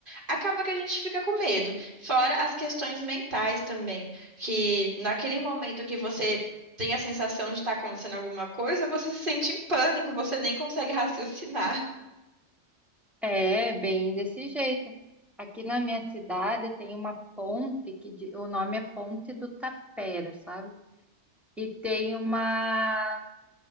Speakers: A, on the right (about 45°); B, in the centre.
A: acaba que a gente fica com medo. Fora as questões mentais também, que naquele momento que você tem a sensação de estar acontecendo alguma coisa, você se sente em pânico, você nem consegue <laughs> raciocinar.
B: É, bem desse jeito. Aqui na minha cidade tem uma ponte que di- o nome é Ponte do Tapera, sabe? E tem uma